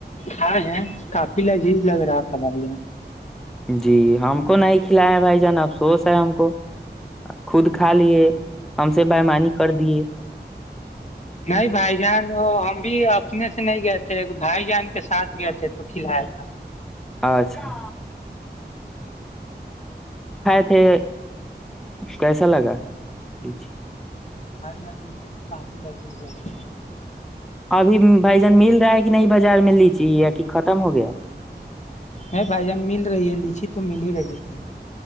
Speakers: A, on the left (about 40°); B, in the centre.
A: ہاں ہے کافی لذیذ لگ رہا تھا بھائی جان
B: جی ہم کو نہیں کھلاائے بھائی جان افسوس ہے ہم کو خود کھا لیے ہم سے بمانی کر دیے
A: نہیں بھائی جان وہ ہم بھی اپنے سے نہیں گئے تھے بھائی جان کے ساتھ گئے تھے تو کھلایا تھا
B: اچھا ا تھے کیسا لگاچ
A: ہائی جان لیچھی تو کافی لجور لگاا
B: ابھی بھائی جن مل رہا ہے کہ نہیں بازار میں لیچی یا کہ ختم ہو گیا
A: نہیں بھائی جان مل رہی ہے لیچی تو مل ہی رہی ہے